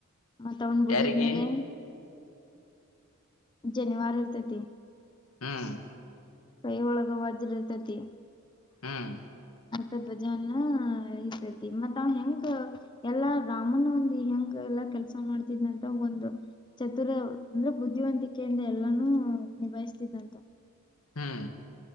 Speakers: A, on the left; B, on the left.
A: ಮತ್ತತ್ ಅವನ್ ಬುಜದ್ಮೇಲೆ
B: ಯಾರಿಗಿ
A: ಜನಿವಾರ ಇರುತತಿ
B: ಹ್ಮ್
A: ಕೈ ಒಳಗ ವಾಜ್ರಇರುತೈತೇ
B: ಹ್ಮ್
A: ಮತ್ತ ಧ್ವಜ ಎನ ಇಸೇತಿ ಮತ್ ಅವ ಹೆಂಗ ಎಲ್ಲಾ ರಾಮನ್ ಒಂದು ಹೆಂಗ ಲ್ಲ ಕೆಲಸ ಮಾಡ್ತಿದಂತ ಒಂದು ಚತುರ ಅಂದ್ರೆ ಬುದ್ಧಿವಂತಿಕೆಯಿಂದ ಎಲ್ಲಾನೂ ಬಯಸ್ತಿದ್ದಂತ
B: ಹ್ಮ್